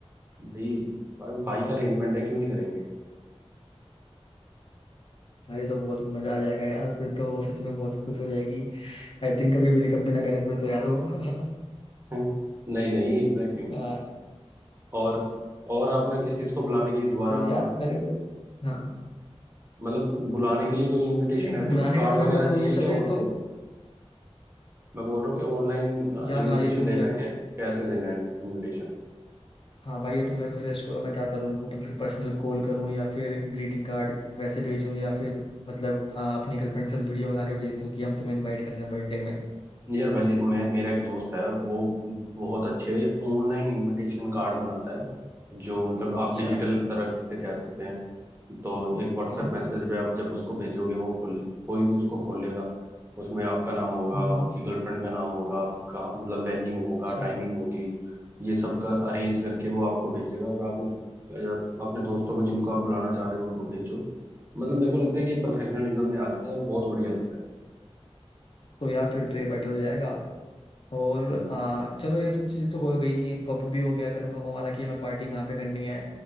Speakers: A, on the right; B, on the left.
A: भाई भाई का अरेंजमेंट है क्यों नहीं करेंगे <laughs>
B: यार ये तो बहुत मजा आ जाएगा यार फिर तो वो सच में बहुत खुश हो जाएगी आई थिंक कभी ब्रेकअप भी कभी ना करे फिर तो यार वो <laughs>
A: हम्म, नहीं नहीं इतना क्यों
B: हाँ,
A: और और आपने किस किस को बुलाने की दोबारा
B: तो
A: मतलब
B: यार मेरे को हाँ
A: मतलब बुलाने के लिए कोई इनविटेशन
B: नहीं
A: ऐसे
B: बुलाने
A: कुछ कार्ड
B: का तो
A: वगैरह
B: मेंबर वही
A: चाहिए
B: है चलो
A: क्या
B: ये
A: ऑनलाइन
B: तो
A: मैं बोल रहा हूँ कि ऑनलाइन
B: यार
A: इनविटेशन
B: हाँ ये तुम
A: देना
B: मेरे
A: क्या
B: को
A: कैसे देना है इनविटेशन
B: हाँ भाई ये तुम मेरे को सजेस्ट करो मैं क्या करूँ उनको मतलब पर्सनल कॉल करूँ या फिर ग्रीटिंग कार्ड वैसे भेजूँ या फिर मतलब हाँ, अपनी गर्लफ्रेंड के साथ वीडियो बना के भेज दूँ कि हम तुम्हें इनवाइट कर रहे हैं बर्थडे में
A: यार भाई देखो मैं मेरा एक दोस्त है वो बहुत अच्छे ऑनलाइन इनविटेशन कार्ड बनाता है जो मतलब आप
B: अच्छा
A: डिजिटल तरह से कह सकते हैं तो एक व्हाट्सएप
B: हाँ
A: मैसेज पे आप जब उसको भेजोगे वो खोल कोई भी उसको खोलेगा उसमें आपका नाम होगा
B: हाँ हाँ
A: आपकी गर्लफ्रेंड का नाम होगा आपका मतलब वेन्यू होगा
B: अच्छा
A: टाइमिंग होगी ये सब का अरेंज करके वो आपको भेजेगा और आप अ, अपने दोस्तों को जिनको आप बुलाना चाह रहे हो उनको भेजो मतलब मेरे को लगता है कि प्रोफेशनलिज्म में आ जाता है और बहुत बढ़िया लगता है
B: तो यार फिर तो ये बेटर हो जाएगा और
A: हम्म।
B: आ, चलो ये सब चीज़ तो हो गई कि पब भी हो गया कंफर्म हमारा कि हमें पार्टी कहाँ पे करनी है